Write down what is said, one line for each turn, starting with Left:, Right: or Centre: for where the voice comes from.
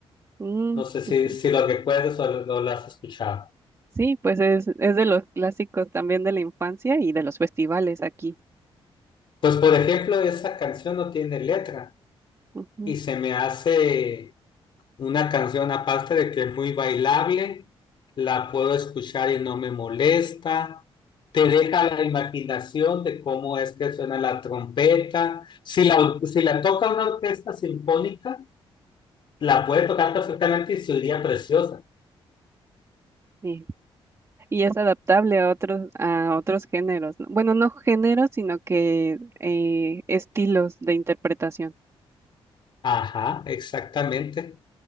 Right: Mm,
Left: No sé si,
Right: ujú.
Left: si lo recuerdas o lo, lo has escuchado.
Right: Sí, pues es, es de los clásicos también de la infancia y de los festivales aquí.
Left: Pues, por ejemplo, esa canción no tiene letra
Right: Ujú,
Left: y se me hace Una canción aparte de que es muy bailable, la puedo escuchar y no me molesta. Te deja la imaginación de cómo es que suena la trompeta. Si la, si la toca una orquesta sinfónica, la puede tocar perfectamente y se oiría preciosa.
Right: sí. Y es adaptable a otros, a otros géneros. ¿no? Bueno, no géneros, sino que eh, estilos de interpretación.
Left: Ajá, exactamente.